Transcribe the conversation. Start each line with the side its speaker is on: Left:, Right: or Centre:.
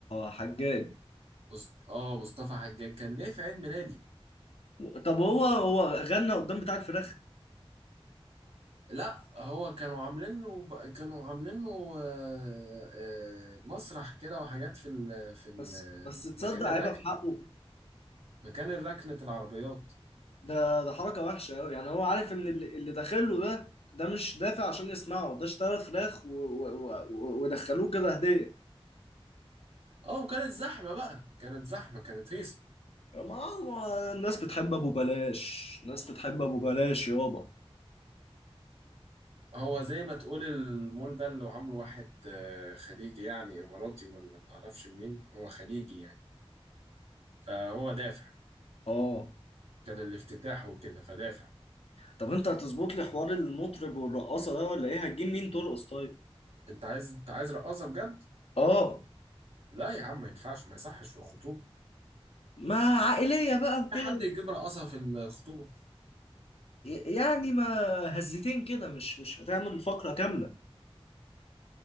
Left: حجاج
Right: مص- اه مصطفى حجاج كان جاي في عيد ميلادي
Left: و- طب هو هو غنى قدام بتاع الفراخ
Right: لا هو كانوا عاملين له ب- كانوا عاملين له آه، آه، مسرح كده وحاجات في ال في ال
Left: بس بس تصدق
Right: مكان
Left: عيبه
Right: الركن
Left: في حقه
Right: مكان الركنة العربيات
Left: ده ده حركه وحشه قوي يعني هو عارف ان اللي اللي داخله ده ده مش دافع عشان يسمعه ده اشترى فراخ و- و- و- ودخلوه كده هديه
Right: اه وكانت زحمة بقى كانت زحمة كانت هيصة
Left: ما هو الناس بتحب ابو بلاش الناس بتحب ابو بلاش يابا
Right: هو زي ما تقول المول ده اللي عامله واحد آه، خليجي يعني اماراتي ولا معرفش منين هو خليجي يعني فهو دافع
Left: اه
Right: كان الافتتاح وكده فدافع
Left: طب انت هتظبط لي حوار المطرب والرقاصه ده ولا ايه هتجيب مين ترقص طيب
Right: انت عايز انت عايز رقاصة بجد
Left: اه
Right: لا يا عم ما ينفعش ما يصحش في الخطوبة
Left: ما عائلية بقى وكده
Right: في حد يجيب رقصها في الخطوبة
Left: يعني ما هزتين كده مش مش هتعمل فقرة كاملة